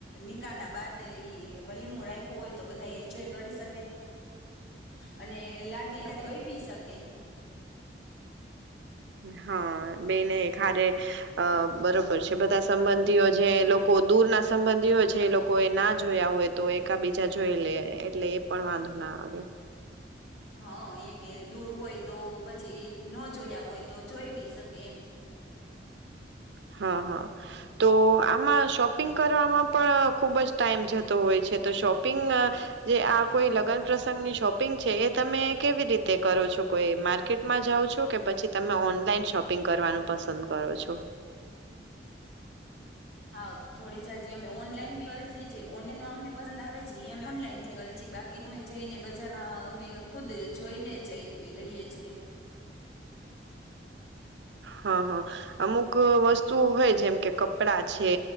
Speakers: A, on the left; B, on the right.
A: નિકાહના બાદ ઈ વલીમો રાયખુ હોય તો બધા એન્જોય કરી શકે, અને લાડી <unintelligible> જોઈ બી શકે.
B: હા, બેને એક હારે બરોબર છે બધા સંબંધીઓ જે લોકો દૂર ના સંબંધી હોય છે એ લોકો એ ના જોયા હોય તો, એકા બીજા જોઈ લે એટલે એ પણ વાંધો ના આવે.
A: હા, એ કે દૂર હોય તો પછી ઈ ન જોયા હોય તો જોઈ બી શકે એમ.
B: હા, હા, તો આમાં શોપિંગ કરવામાં પણ ખુબ જ ટાઈમ જતો હોય છે તો શોપિંગ અ જે આ કોઈ લગ્ન પ્રસંગની શોપિંગ છે, એ તમે કેવી રીતે કરો છો કોઈ માર્કેટમાં જાઓ છો કે પછી તમે ઓનલાઈન શોપિંગ કરવાનું પસંદ કરો છો?
A: હા, થોડી જાજી અમે ઓનલાઈન બી કરી <unintelligible> જે ઓનલાઈનમાં અમને પસંદ આવે છે ને એ અમે ઓનલાઈન થી કરીએ બાકી અમે જઈને બજારમાં અમે ખુદ જોઈને જય લઈએ છીએ.
B: હા, હા, અમુક વસ્તુઓ હોય જેમ કે કપડા છે,